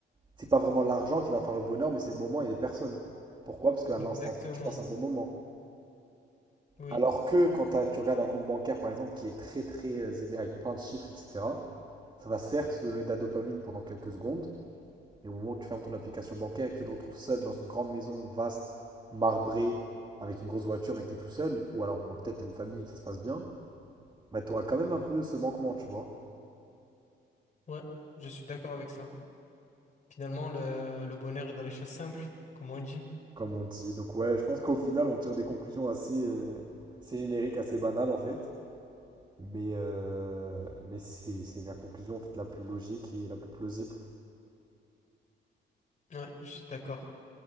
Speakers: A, on the right; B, on the left.
A: c'est pas vraiment l'argent qui va faire le bonheur, mais c'est le moment et les personnes. Pourquoi? Parce qu'à
B: Exactement.
A: l'instant T, tu passes un bon moment.
B: Oui,
A: Alors que quand t'as- tu regardes un compte bancaire, par exemple, qui est très très euh, élevé avec plein de chiffres, etc., Ça va certes te donner de la dopamine pendant quelques secondes, mais au moment où tu fermes ton application bancaire et que tu te retrouves seul dans une grande maison vaste, marbrée, avec une grosse voiture, mais que tu es tout seul, ou alors bon, peut-être t'as une famille, et que ça se passe bien, bah tu auras quand même un peu ce manquement, tu vois,
B: ouais, je suis d'accord avec ça. Finalement, le, le bonheur est dans les choses simples, comme on dit.
A: comme on dit. Donc ouais, je pense qu'au final, on tire des conclusions assez, euh, assez génériques, assez banales en fait. Mais, euh, mais c'est, c'est la conclusion en fait la plus logique et la plus plausible.
B: Ouais, je suis d'accord.